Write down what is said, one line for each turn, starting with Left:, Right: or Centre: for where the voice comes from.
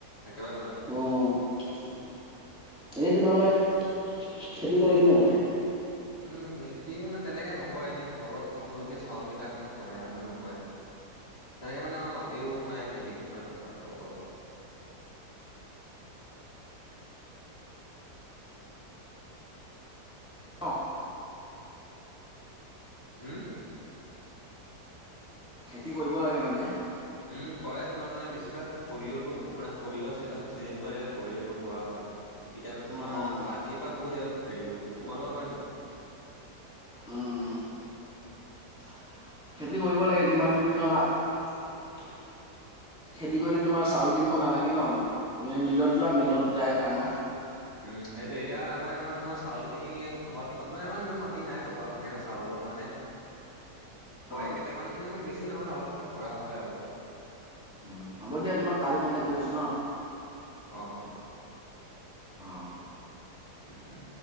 Left: একেবাৰে বনাব।
Centre: অ', এনেইতো তোমালোকৰ খে-খে-খেতি কৰে কি নকৰে?
Left: উম, খেতি মানে তেনেকে নকৰে এনে ঘৰত খাবলগীয়া চাউল কেইটাৰ কাৰণে কৰে আৰু ইমান নকৰে। তেনেকে মানে আমাৰ মাটিও নাই খেতিত মানে পথাৰত আৰু অলপ মান আছে।
Centre: অ'।
Left: হুম?
Centre: খেতি কৰিব লাগে মানে।
Left: উম, কৰে তোমাৰ মানে বেছিভাগ সৰিয়হটো মানে সৰিয়হৰ চিজন টো আহিলে সৰিয়টো কৰা হয়। এতিয়া মানে
Centre: অ',
Left: তোমাৰ
Centre: অ',
Left: আজিৰ পৰা গৈছে হেৰি তোমালোকৰ কৰে নাই?
Centre: উম, খেতি কৰিব লাগে তোমাক কিন্তু <unintelligible> খেতি কৰিলে তোমাৰ চাউল কিনিব নালাগে ন। মে
Left: উম
Centre: মিলত যোৱা মিলত যাই আনা।
Left: উম সেইটো এতিয়া মানে আমাৰ তাৰ চাউল খিনি ঘৰত খাব মানে আমাৰ ইমান মাত। তি নাই পথাৰ চাউল সেকাৰণে কয়
Centre: অ
Left: কেটামান। মানে বেছি নহয় অলপমান কৰা হয় আৰু।
Centre: উম, হ'ব দিয়া তোমাক কালি কণ্টেক্ট আছোঁ ন?
Left: অ', অ'।
Centre: অ'।
Left: উম উম